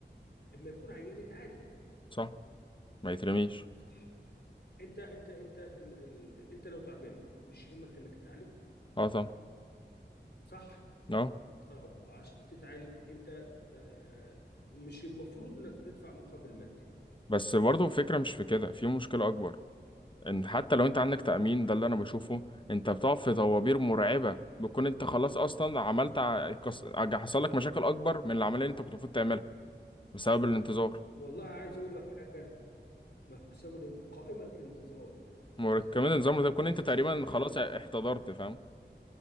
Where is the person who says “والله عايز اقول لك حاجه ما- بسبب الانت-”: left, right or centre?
Left